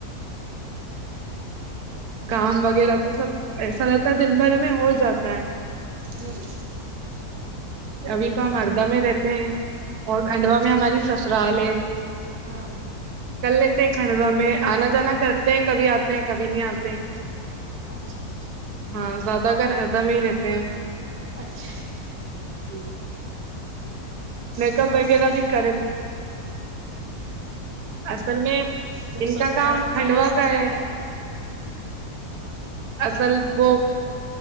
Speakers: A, on the right; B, on the right.
A: کام وغیرہ تو سب ایسا رہتا دن بھر میں ہو جاتا ہے
B: ہوں
A: ابھی تو ہم ہردہ میں رہتے ہیں اور کھنڈوا
B: اچھا
A: میں ہماری سسرال ہے
B: ہاں
A: کر لیتے ہیں کھنڈوا میں آنا جانا کرتے ہیں کبھی آتے ہیں کبھی نہیں آتے ہیں
B: اچھا اچھا
A: ہاں زیادہ گر ہردہ میں ہی رہتے ہیں
B: اچھ
A: ہمم میک
B: کیوں
A: اپ
B: ہردہ
A: وغیرہ
B: میں رہتے
A: بھی کر
B: ہو
A: اصل میں
B: جب
A: ان
B: سسرال
A: کا کام
B: تمہارا
A: کھنڈوا
B: یہاں
A: کا ہے
B: تو
A: اصل وہ